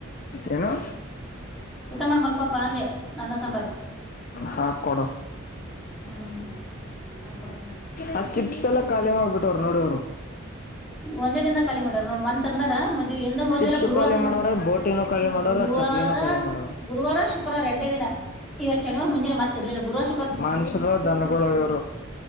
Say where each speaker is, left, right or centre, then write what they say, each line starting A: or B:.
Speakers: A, on the left; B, in the centre.
A: ಏನು
B: ಮಾಡಿ ಮಲ್ಕೋಪಾ ಅಂದೆ ಅನ್ನ ಸಾಂಬಾರ್
A: ಹಾ ಕೊಡು
B: ಹ್ಮ್ ಹಾಕಿ ಕೊಡ್ತೇನಂತ
A: ಆ ಚಿಪ್ಸ್ ಎಲ್ಲ ಖಾಲಿ ಮಾಡ್ಬಿಟ್ಟವ್ರರು ನೋಡಿ
B: ಒಂದೇ ದಿನದಾಗ ಖಾಲಿ ಮಾಡ್ಯಾರ ನೋಡ್ ಮನ್ನಿ ತಂದಾರ ಮದ್ವಿ ಇಂದ ಹೋದ್ವಿಯಲ್ಲ
A: ಚಿಪ್ಸುಕ್ಕಾಲಿ
B: ಗುರುವಾರ ದಿನ
A: ಮನೋರ ಬೋಟಿಂಗ ಮಾಡ
B: ಗುರುವಾರ
A: ಚಕ್ಲಿ ಕಾಳೀ ಮಾಡವ್ರೇ
B: ಗುರುವಾರ ಶುಕ್ರವಾರ ಎರಡೇ ದಿನ ಇವತ್ತ್ ಶನಿವಾರ ಮುಂಜಾನೆ ಮತ್ತ್ ಇರ್ಲಿಲ್ಲ ಗುರುವಾರ
A: ಮನುಷ್ಯರು ಏನ್ ದನಗಳು ಇವ್ರು